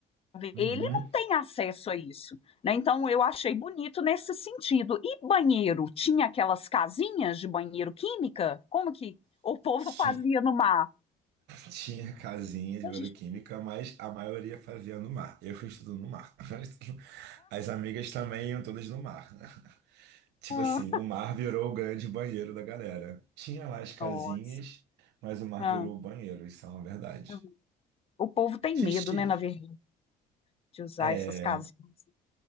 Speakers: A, on the right (about 85°); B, on the left (about 35°).
A: Uhum.
B: ele não tem acesso a isso, né? Então eu achei bonito nesse sentido. E banheiro, tinha aquelas casinhas de banheiro química? Como que o povo fazia
A: Tinha,
B: no mar?
A: tinha casinha de
B: <laughs>
A: bioquímica,
B: A gente-
A: mas a maioria fazia no mar. Eu fui estudando no mar. <laughs> As amigas também iam todas no mar. Tipo
B: Ah,
A: assim, o mar virou o grande banheiro da galera. Tinha lá as casinhas,
B: Nossa.
A: mas o mar
B: Ah,
A: virou o banheiro, isso é uma verdade.
B: ah. O povo tem
A: <laughs>
B: medo, né, na verdade, de usar
A: É,
B: essas casinhas.